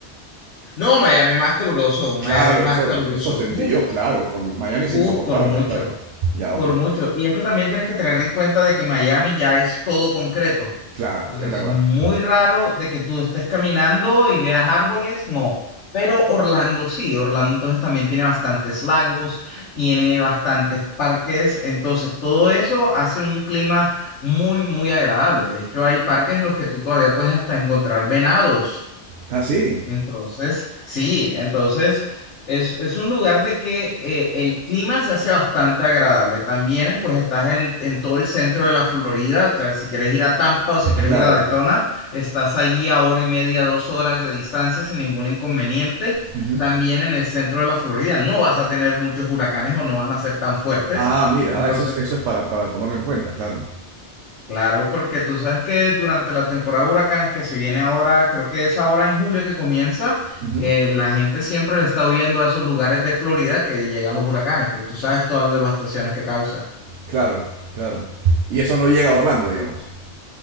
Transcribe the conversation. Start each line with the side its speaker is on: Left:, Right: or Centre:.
Left: No, Miami más caluroso, Miami
Right: claro,
Left: más
Right: eso,
Left: caluroso.
Right: eso sentí
Left: Uf,
Right: yo, claro, con Miami es
Left: uf,
Right: insoportable,
Left: por mucho,
Right: claro. Ya,
Left: por
Right: ok,
Left: mucho. Y es que también tienes que tener en cuenta de que Miami ya es todo concreto.
Right: claro,
Left: Entonces,
Right: es verdad.
Left: es muy raro de que tú estés caminando y veas árboles, no. Pero Orlando sí, Orlando entonces también tiene bastantes lagos, tiene bastantes parques, entonces todo eso hace un clima muy, muy agradable. De hecho, hay parques en los que tú todavía puedes hasta encontrar venados.
Right: Ah, sí,
Left: Entonces, sí, entonces es, es un lugar de que eh, el clima se hace bastante agradable. También, eh, pues estás en, en todo el centro de la Florida, o sea, si quieres ir a Tampa o si quieres
Right: claro.
Left: ir a Daytona, estás allí a hora y media, dos horas de distancia sin ningún inconveniente.
Right: Ujú.
Left: También en el centro de la Florida no vas a tener muchos huracanes o no van a ser tan fuertes.
Right: Ah, mira,
Left: Entonces,
Right: ah, eso es, eso es para, para tomarlo en cuenta, claro.
Left: Claro, porque tú sabes que durante la temporada de huracanes que se viene ahora, creo que es ahora en julio que comienza,
Right: Ujú.
Left: eh, la gente siempre le está huyendo a esos lugares de Florida que llegan los huracanes, porque tú sabes todas las devastaciones que causa.
Right: Claro, claro. Y eso no llega a Orlando, digamos.